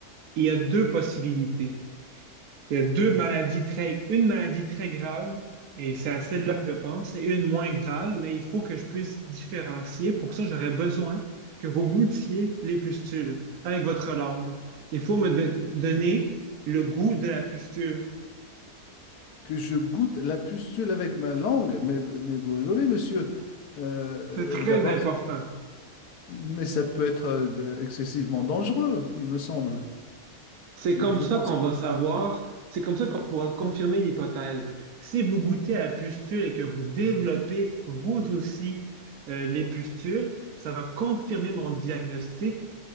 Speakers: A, on the right (about 75°); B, on the left (about 85°).
A: il y a deux possibilités. Il y a deux maladies très, une maladie très grave, et c'est à celle-là que je pense, et une moins grave, mais il faut que je puisse différencier. Pour ça, j'aurais besoin que vous goûtiez les pustules avec votre langue. Il faut me de- donner le goût de la pustule.
B: que je goûte la pustule avec ma langue. Mais, mais vous rigolez, monsieur. Euh,
A: C'est très
B: euh, d'abord,
A: important.
B: ça- mais ça peut être euh, de- excessivement dangereux, il me semble.
A: C'est
B: Vous
A: comme ça
B: pensez...
A: qu'on va savoir, c'est comme ça qu'on pourra confirmer l'hypothèse. Si vous goûtez à la pustule et que vous développez vous aussi euh, les pustules, ça va confirmer mon diagnostic